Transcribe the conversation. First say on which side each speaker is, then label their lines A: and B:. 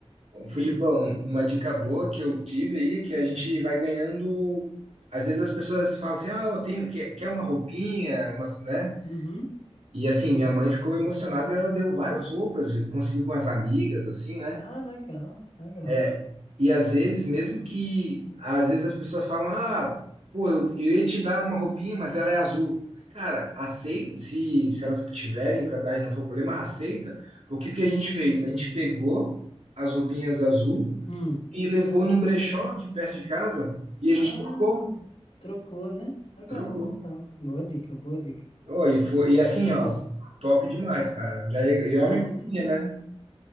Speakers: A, on the right (about 80°); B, on the left (about 75°).
A: Bom, Filipão,
B: Hum,
A: uma dica boa que eu tive aí, é que a gente vai ganhando. Às vezes as pessoas falam assim, ah, eu tenho, quer, quer uma roupinha, uma, né?
B: uhum.
A: E assim, minha mãe ficou emocionada, ela deu várias roupas, conseguiu com as amigas, assim, né?
B: Ah, legal, legal.
A: É, E às vezes, mesmo que, às vezes as pessoas falam, ah, pô, eu, eu ia te dar uma roupinha, mas ela é azul. Cara, aceita, se, se elas tiverem para dar e não for problema, aceita, porque o que a gente fez? A gente pegou as roupinhas azul
B: Hum.
A: e levou num brechó aqui perto de casa e a
B: Ah,
A: gente trocou,
B: trocou, né? Legal,
A: trocou.
B: legal. Boa dica, boa dica.
A: Oh, e foi, e
B: Vou
A: assim,
B: fazer
A: ó,
B: isso.
A: top demais, cara. Já, é- já é
B: A
A: uma economia,
B: gente,
A: né?